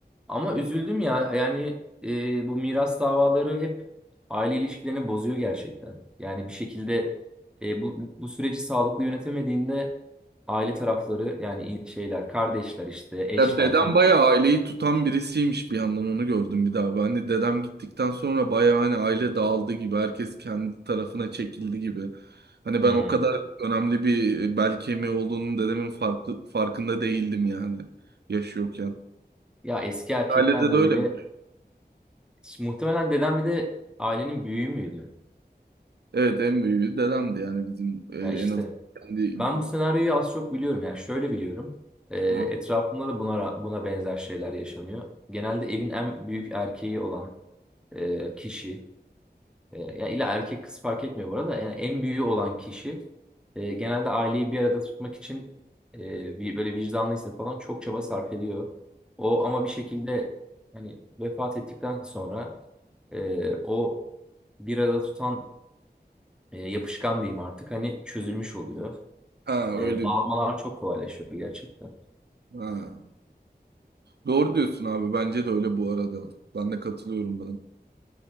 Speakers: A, in the centre; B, on the right.
A: Ama üzüldüm ya. Yani e, bu miras davaları hep aile ilişkilerini bozuyor gerçekten. Yani bir şekilde e, bu bu süreci sağlıklı yönetemediğinde aile tarafları yani in- şeyler, kardeşler işte, eşler,
B: Ya dedem
A: an
B: bayağı aileyi tutan birisiymiş bir yandan onu gördüm bir daha. Ben hani dedem gittikten sonra bayağı hani aile dağıldı gibi. Herkes kendi tarafına çekildi gibi. Hani
A: Hmm.
B: ben o kadar önemli bir bel kemiği olduğunun dedemin farklı, farkında değildim yani yaşıyorken.
A: Ya eski erkekler
B: Ailede de
A: böyle
B: öyle mi?
A: muhtemelen dedem bir de ailenin büyüğü müydü?
B: Evet en büyüğü dedemdi yani bizim e,
A: Ya işte
B: en az kendi
A: ben bu senaryoyu az çok biliyorum. Yani şöyle biliyorum. E, etrafımda
B: ha,
A: da buna ra- buna benzer şeyler yaşanıyor. Genelde evin en büyük erkeği olan e, kişi E, ya illa erkek kız fark etmiyor bu arada. Yani en büyüğü olan kişi e, genelde aileyi bir arada tutmak için e, bir- böyle vicdanlıysa falan çok çaba sarf ediyor. O ama bir şekilde hani vefat ettikten sonra e, o bir arada tutan e, yapışkan diyeyim artık hani çözülmüş oluyor.
B: ha
A: E,
B: öyle
A: dağılmalar çok kolaylaşıyor gerçekten.
B: ha. Doğru diyorsun abi bence de öyle bu arada. Ben de katılıyorum ben.